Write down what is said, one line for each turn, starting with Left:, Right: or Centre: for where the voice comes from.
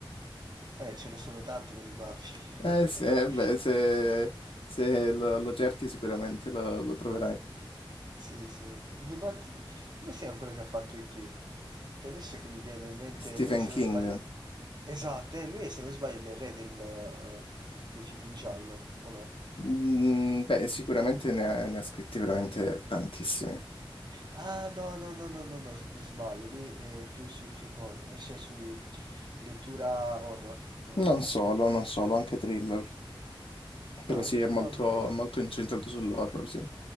Right: Eh, ce ne sono tanti con i baffi.
Left: Eh sì,
Right: <laughs>
Left: eh, beh, se, se lo, lo cerchi sicuramente lo, lo troverai.
Right: Sì, sì. Dico, Ma t- come si chiama quello che ha fatto IT? Che adesso che mi viene in mente,
Left: Stephen
Right: lui se
Left: King.
Right: non sbaglio... Esatto, eh, lui è, se non sbaglio è il re del, eh, dei film in giallo, o no?
Left: Mm, beh, sicuramente ne ha, ne ha scritti veramente tantissimi.
Right: Ah, no, no, no, no, no, no, s- mi sbaglio, lui è più sui film horror, eh, cioè sui lettura horror. No,
Left: Non
Right: no, no,
Left: solo,
Right: no.
Left: non solo, anche thriller. Però
Right: Ah,
Left: sì,
Right: ok,
Left: è molto,
Right: no, di-
Left: molto incentrato sull'horror, sì.